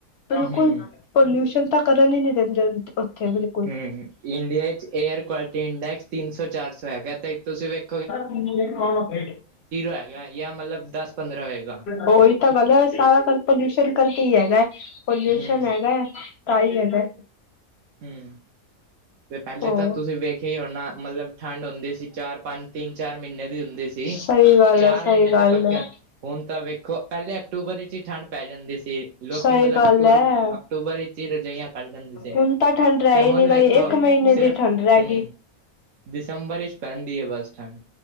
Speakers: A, on the left; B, on the right.
A: ਬਿਲਕੁਲ
B: ਹੂੰ
A: ਪੋਲਿਊਸ਼ਨ ਤਾਂ ਕਰਨ ਹੀ ਨੀ ਦਿੰਦੇ ਉੱਥੇ ਬਿਲ
B: ਹੂੰ ਇੰਡੀਆ 'ਚ ਏਅਰ ਕੁਆਲਿਟੀ ਇੰਡੈਕਸ ਤਿੰਨ ਸੌ ਚਾਰ ਸੌ ਹੈਗਾ ਤੇ ਤੁਸੀਂ ਵੇਖ
A: ਹੂੰ
B: ਹੈਗਾ ਜਾਂ ਮਤਲਬ ਦਸ ਪੰਦਰਾਂ ਹੋਏਗਾ
A: ਉਹੀ ਤਾਂ ਗਲ ਸਾਰਾ ਕਰ ਪੋਲਿਊਸ਼ਨ ਕਰਕੇ ਈ ਹੈਗਾ ਪੋਲਿਊਸ਼ਨ
B: ਹੂੰ
A: ਹੈਗਾ। ਤਾ ਈ ਹੈਗਾ।
B: ਹੂੰ ਤੇ ਪੈਲੇ
A: ਹੋ
B: ਤਾਂ ਤੁਸੀਂ ਵੇਖਿਆ ਹੀ ਹੋਣਾ ਮਤਲਬ ਠੰਡ ਹੁੰਦੀ ਸੀ ਚਾਰ ਪੰਜ ਤਿੰਨ ਚਾਰ ਮ੍ਹੀਨੇ ਦੀ ਹੁੰਦੀ ਸੀ।
A: ਸਹੀ ਗੱਲ
B: ਚਾਰ
A: ਹੈ ਸਹੀ
B: ਮ੍ਹੀਨੇ ਤੇ
A: ਗੱਲ
B: ਪੱਕੇ
A: ਹੈ
B: ਹੁਣ ਤਾਂ ਵੇਖੋ ਪੈਲੇ ਅਕਤੂਬਰ 'ਚ ਈ ਠੰਡ ਪੈ ਜਾਂਦੀ ਸੀ। ਲੋਕ
A: ਸਹੀ
B: ਮਤਲਬ
A: ਗੱਲ
B: ਅਕਤੂ
A: ਹੈ
B: ਅਕਟੂਬਰ 'ਚ ਈ ਰਜਾਈਆਂ ਕਢ ਲੈਂਦੇ ਸੀ।
A: ਹੁਣ ਤਾਂ ਠੰਡ ਰੈ
B: ਤੇ ਹੁਣ
A: ਨੀ ਰਈ
B: ਵੇਖੋ
A: ਗਈ ਇੱਕ ਮਹੀਨੇ
B: ਸਿਰਫ
A: ਦੀ ਠੰਡ ਰੈ
B: ਹੂੰ
A: ਗਈ।
B: ਦਸੰਬਰ 'ਚ ਪੈਂਦੀ ਹੈ ਬੱਸ ਠੰਡ